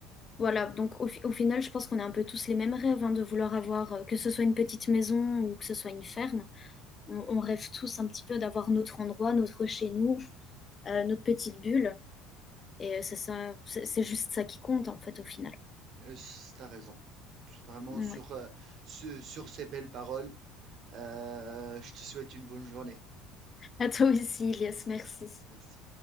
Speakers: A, on the left; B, on the right.
A: voilà, donc au, fi- au final, je pense qu'on a un peu tous les mêmes rêves, hein, de vouloir avoir, euh, que ce soit une petite maison ou que ce soit une ferme. On, on rêve tous un petit peu d'avoir notre endroit, notre chez nous, euh, notre petite bulle. Et euh, c'est ça, c'est c'est juste ça qui compte en fait au final.
B: Euh, c- T'as raison. Vraiment
A: Ouais.
B: sur, euh, ce- sur ces belles paroles, euh, je te souhaite une bonne journée.
A: À toi aussi, Elias, merci.
B: Merci.